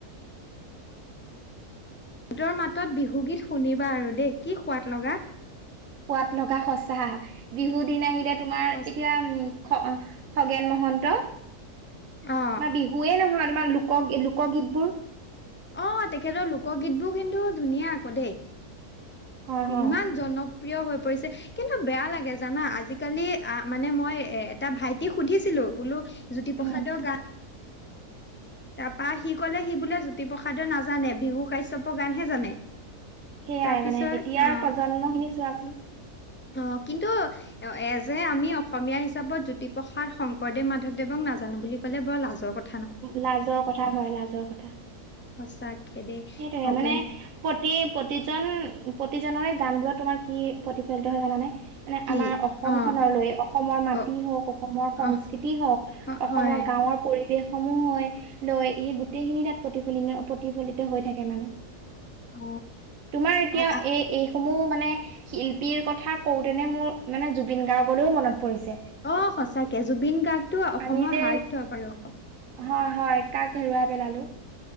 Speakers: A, on the left (about 20°); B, on the right (about 60°).
A: ৰ, মাতত বিহুগীত শুনিবা আৰু দেই, কি সোৱাদ লগা।
B: সোৱাদ লগা সঁচা, বিহু
A: কি
B: দিন আহিলে তোমাৰ,
A: সচ
B: এতিয়া উম খ, খগেন মহন্ত,
A: অ
B: বা বিহু য়ে, নহয় তোমাৰ লোক লোকগীতবোৰ।
A: অ, তেখেতৰ লোকগীত বোৰ কিন্তু ধুনীয়া আকৌ দেই,
B: হয় হয়
A: ইমান জনক প্ৰিয়, হৈ পৰিছে। কিন্তু বেয়া লাগে জানা, আজিকালি আ, মানে মই এ, এটা ভাইটি সুধিছিলো, বোলো জ্যোতিপ্ৰসাদৰ
B: উম
A: গান তাৰপৰা সি ক'লে সি বোলে জ্যোতিপ্ৰসাদে নাজানে, বিহু কাশ্যপৰ গানহে জানে।
B: সেয়াই
A: তাৰপিছত
B: মানে, এতিয়াৰ
A: অ
B: প্ৰজন্ম খিনি চোৱাচোন।
A: অ, কিন্তু অ, এ, যে, আমি অসমীয়া হিচাপত জ্যোতিপ্ৰসাদ, শংকৰদেৱ, মাধৱদেৱক নাজানো বুলি ক'লে বৰ লাজ কথ
B: লাজৰ কথা হয় লাজৰ কথা।
A: সঁচাকে দেই।
B: সেইটোৱে
A: খগেন
B: মানে প্ৰতি প্ৰতিজন, প্ৰতিজনৰে গান বোৰত তোমাৰ কি প্ৰতিফলিত হয় জানানে? মানে
A: কি
B: আমাৰ অসমখনলৈ
A: অ
B: অসমৰ মাটি
A: অ
B: হওক, অসমৰ সংস্কৃতি
A: অ
B: হওক।
A: অ-
B: অসমৰ
A: হয়
B: গাঁৱৰ পৰিবেশ সমূহ হয় লৈ সেই গোটেইখিনি তাত প্ৰতিফলিত, প্ৰতিফলিত হৈ থাকে মানে।
A: অ
B: তোমাৰ এতিয়া
A: আ- আ-
B: এই এই সমূহ মানে, শিল্পীৰ কথা কওঁতেনে মোৰ মানে জুবিন গাৰ্গলৈও মনত পৰিছে।
A: অঁ সঁচাকে জুবিন গাৰ্গটো অসমৰ
B: আমি যে
A: হাৰ্ট থ্ৰব আৰু।
B: হয় হয় কাক হেৰুৱাই পেলালো।